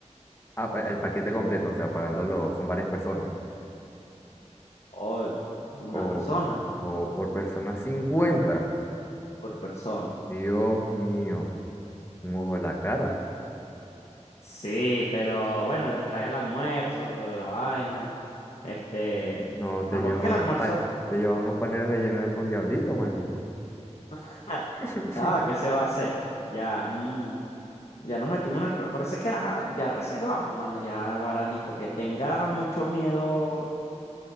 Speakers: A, on the left; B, on the left.
A: Ah, pa- el paquete completo, o sea, pagándolo, son varias personas.
B: Por una
A: O,
B: persona,
A: o por persona cincuenta
B: por persona.
A: Dios mío, un ojo en la cara.
B: Sí, pero bueno, te trae el almuerzo, la vaina. Este,
A: No, te
B: tampoco
A: lleva
B: es que
A: unos
B: el almuerzo.
A: panes, te lleva unos panes rellenos con diablito, manito.
B: <laughs>
A: <laughs>
B: Ah, ¿qué se va a hacer? Ya, mm, ya nos metimos en el pe- Por eso es que ajá, ya reservamos, mano, ya Guarani, porque tenga mucho miedo,